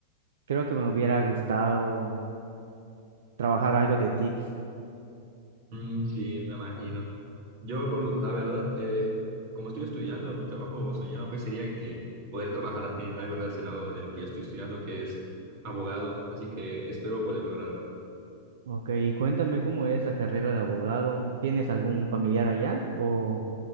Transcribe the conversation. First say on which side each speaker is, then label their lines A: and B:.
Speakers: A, on the right; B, on the right.
A: creo que me hubiera gustado trabajar algo de TIC.
B: Mm, sí, me imagino. Yo, por la verdad, eh, como estoy estudiando, mi trabajo soñado pues sería que poder trabajar en algo relacionado de lo que yo estoy estudiando, que es abogado, así que espero poder lograrlo.
A: Ok, y cuéntame cómo es la carrera de abogado. ¿Tienes algún familiar allá o